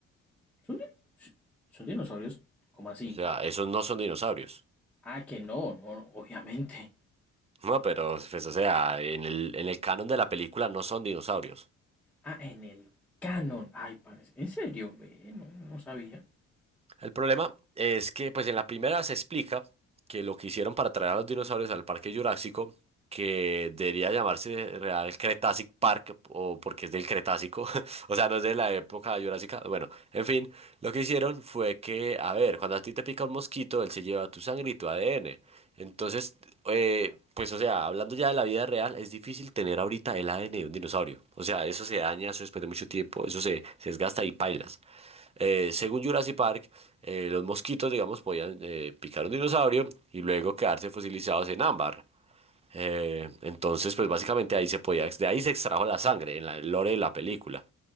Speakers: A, in the centre; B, on the right.
A: ¿Son, di- si, son dinosaurios? ¿Cómo así?
B: O sea, esos no son dinosaurios.
A: Ah, que no, no, no, obviamente.
B: No, pero, pues, o sea, en el, en el canon de la película no son dinosaurios.
A: Ah, en el canon. Ay, parece. ¿En serio? Ve, no, no sabía.
B: El problema es que, pues en la primera se explica que lo que hicieron para traer a los dinosaurios al Parque Jurásico, que debería llamarse Real Cretácic Park, o porque es del Cretácico, <laughs> o sea, no es de la época jurásica. Bueno, en fin, lo que hicieron fue que, a ver, cuando a ti te pica un mosquito, él se lleva tu sangre y tu ADN. Entonces, eh, pues, o sea, hablando ya de la vida real, es difícil tener ahorita el ADN de un dinosaurio. O sea, eso se daña, eso después de mucho tiempo, eso se, se desgasta y pailas. Eh, según Jurassic Park, eh, los mosquitos, digamos, podían eh, picar un dinosaurio y luego quedarse fosilizados en ámbar. Eh, entonces, pues básicamente ahí se podía, ex- de ahí se extrajo la sangre en la, el lore de la película.